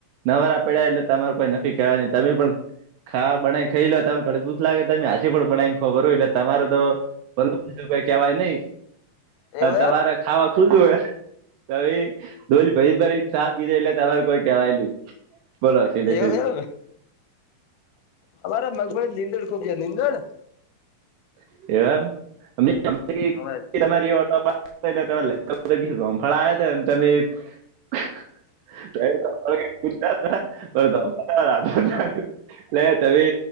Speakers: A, on the right; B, on the left.
A: નવારા પડ્યા એટલે તમારું કોઈ નક્કી કેહેવાય નહી તમે પણ ખા બના ખાઈ લો તમે ઘડ દૂસ લાગે તમે આાી પણ બનાઈ ખબર હોય એટલે તમારે તો ભલ કેવાય નહી
B: એવું
A: તમારે
B: એમ
A: ખાવા ખુધું હ તો ભ ડોલી ભરી ભરી સાફ પીધે એટલે તમાર કોઈ કેવાય ન બોલોલે
B: એવું એમ અમારે મગભળી નીંદડ ખૂબ છેયા નીંદણ
A: એમ
B: હવે
A: અમફળયા હતા તમે રા ન તમે